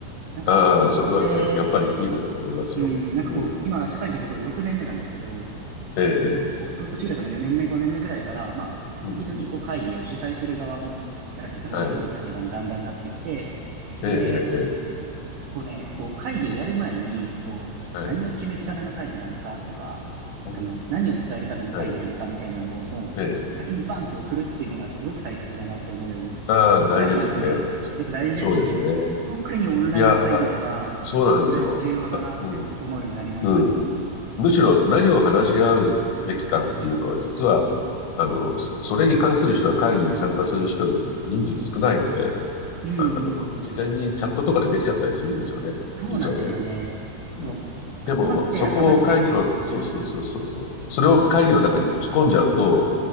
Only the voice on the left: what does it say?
ああ、それはね、
やっぱりいいことだと思いますよ。
うん。
ええ、ええ
うん、
うん。はい。ええ、
ええ、え
えはい。
うん。
はい。ええ。
ああ、大事ですよね。
大事ですよね。
そうですね。
いや、あ、そうなんですよ。
あ、うん。うん。むしろ何を話し合うべきかっていうのは、
実は、あの、そそれに関する人は会議に参加する人よりも人数少ないので、
あの、事前にチャットとかでできちゃったりするんですよね。
実はね。うん。
でも、
そこを会議の、そうそうそうそうそう。
それを会議の中に持ち込んじゃうと、